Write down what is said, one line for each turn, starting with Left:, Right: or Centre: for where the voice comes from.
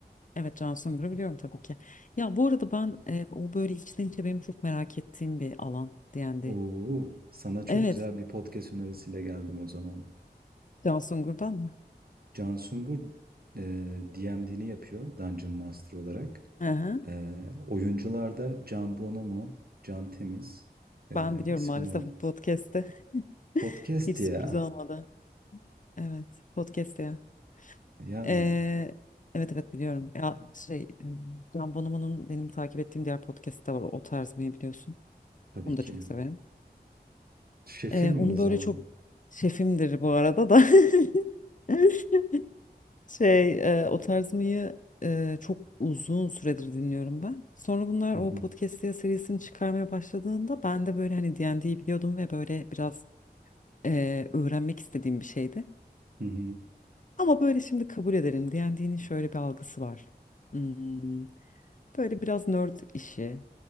Left: Evet Can Sungur'u biliyorum tabii ki. Ya bu arada ben e, o böyle içten içe benim çok merak ettiğim bir alan D&D.
Right: Oo, sana çok
Left: Evet
Right: güzel bir podcast önerisiyle geldim o zaman.
Left: Can Sungur'dan mı?
Right: Can Sungur e, DMD'ni yapıyor Dungeon Master olarak.
Left: Hı hı.
Right: E, oyuncularda Can Bonomo, Can Temiz, e,
Left: Ben biliyorum
Right: İsmail.
Left: maalesef bu podcast'te. <laughs>
Right: Podcast
Left: Hiç sürpriz
Right: ya.
Left: olmadı. Evet podcast'te ya.
Right: Ya
Left: Ee, evet evet biliyorum. Ya şey em, Can Bonomo'nun benim takip ettiğim diğer podcast'te var. O tarz mı biliyorsun.
Right: tabii
Left: Onu da
Right: ki.
Left: çok severim.
Right: Şefim
Left: Ee, onu
Right: mi o zaman?
Left: böyle çok şefimdir bu arada da. <laughs> Şey, e, o tarz mıyı e, çok uzun süredir dinliyorum ben. Sonra bunlar
Right: <laughs>
Left: o podcast diye serisini çıkarmaya başladığında ben de böyle hani D&D'yi biliyordum ve böyle biraz e, öğrenmek istediğim bir şeydi.
Right: Hı hı.
Left: Ama böyle şimdi kabul edelim D&D'nin şöyle bir algısı var. Hmm, böyle biraz nerd işi,